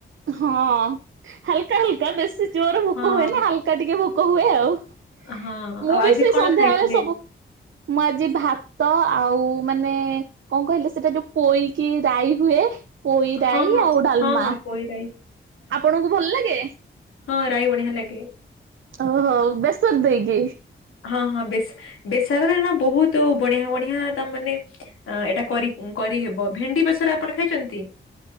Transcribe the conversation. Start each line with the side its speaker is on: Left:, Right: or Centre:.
Right: ହଁ ହାଲକା ହାଲକା ବେଶୀ ଜୋର ଭୋକ
Left: ହଁ
Right: ହୁଏ ନି ହାଲକା ଟିକେ ଭୋକ ହୁଏ ଆଉ। ମୁଁ
Left: ହଁ ଆଉ ଆଜି
Right: ବି ସେଇ
Left: କଣ
Right: ସନ୍ଧ୍ୟାବେଳେ
Left: ଖାଇଥିଲେ?
Right: ସବୁ ମୁଁ ଆଜି ଭାତ ଆଉ ମାନେ କଣ କହିଲେ ସେଟା ଯୋଉ ପୋଇକି ରାଇ ହୁଏ ପୋଇ ରାଇ
Left: ହଁ ହଁ
Right: ଆଉ ଡାଲମା।
Left: ହଁ ହଁ ପୋଇ ରାଇ
Right: ଆପଣଙ୍କୁ ଭଲ ଲାଗେ?
Left: ହଁ ରାଇ ବଢିଆ ଲାଗେ।
Right: ଓହୋ ବେସର୍ ଦେଇକି।
Left: ହଁ ହଁ ବେସ୍-ବେସରରେ ନା ବହୁତୁ ବଢିଆ ବଢିଆ ତା ମାନେ ଅ ଏଇଟା କରି- କରିହେବ ଭେଣ୍ଡି ବେସର ଆପଣ ଖାଇଚନ୍ତି?